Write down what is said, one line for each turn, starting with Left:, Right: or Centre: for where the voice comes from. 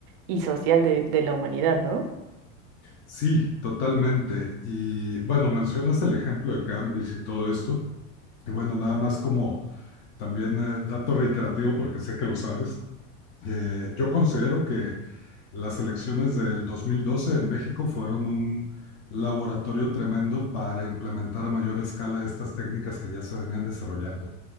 Right: y social de, de la humanidad, ¿no?
Left: Sí, totalmente. Y bueno, mencionas el ejemplo de Cambridge y todo esto. Y bueno, nada más como también eh, dato reiterativo, porque sé que lo sabes, eh, yo considero que Las elecciones del 2012 en México fueron un laboratorio tremendo para implementar a mayor escala estas técnicas que ya se venían desarrollando.